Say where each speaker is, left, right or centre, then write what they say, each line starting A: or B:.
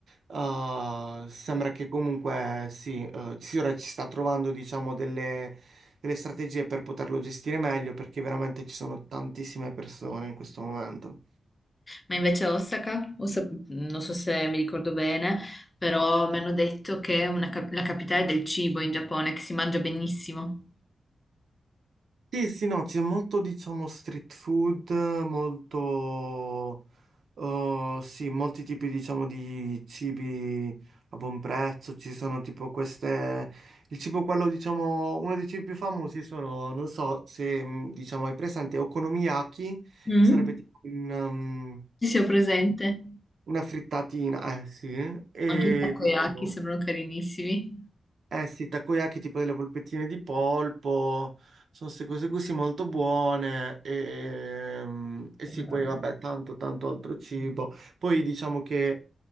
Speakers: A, on the right (about 70°); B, on the left (about 15°).
A: eh, sembra che comunque sì, eh, sì, ora ci sta trovando diciamo delle, delle strategie per poterlo gestire meglio, perché veramente ci sono tantissime persone in questo momento.
B: Ma invece a Osaka, Osa- non so se mi ricordo bene, però mi hanno detto che è una cap- la capitale del cibo in Giappone, che si mangia benissimo.
A: Sì, sì, no, c'è molto diciamo street food, molto... Oh, sì, molti tipi, diciamo, di cibi a buon prezzo. Ci sono tipo queste. Il cibo, quello, diciamo, uno dei cibi più famosi sono, non so se, mh, diciamo, hai presente Okonomiyaki, che
B: Mm?
A: sarebbe tipo un, um,
B: Ci sia presente?
A: una frittatina, eh sì, e
B: Anche i takoyaki
A: tipo,
B: sembrano carinissimi.
A: eh sì, takoyaki, tipo delle polpettine di polpo. Sono queste cose così molto buone. E, mm, e sì,
B: Eh,
A: poi vabbè, tanto, tanto altro cibo. Poi diciamo che